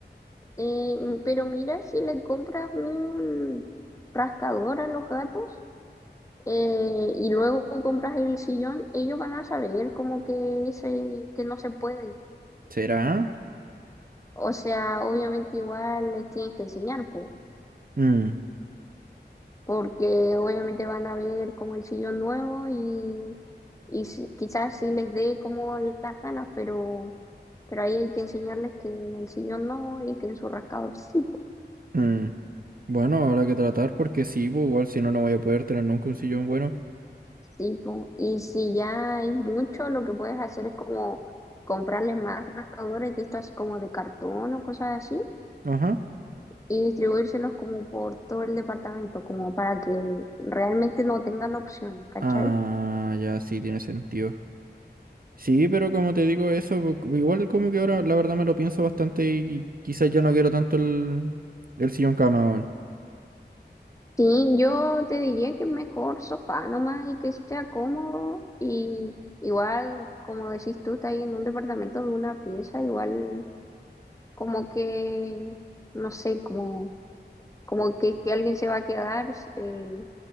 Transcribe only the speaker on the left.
Eh, mm, pero mira, si le compras un rascador a los gatos eh, y luego compras el sillón, ellos van a saber como que, se, que no se puede.
O sea, obviamente igual les tienes que enseñar, po,
porque obviamente van a ver como el sillón nuevo y, y si- quizás sí les dé como las ganas, pero, pero ahí hay que enseñarles que en el sillón no y que en su rascador sí, po.
Sí, po. Y si ya hay mucho, lo que puedes hacer es como comprarles más rascadores de esto así como de cartón o cosas así
y distribuírselos como por todo el departamento, como para que realmente no tengan opciones, ¿cachai?
Sí, yo te diría que mejor sofá nomás y que sea cómodo y igual, como decís tú, estás ahí en un departamento de una pieza, igual como que, no sé, como, como que si alguien se va a quedar. eh,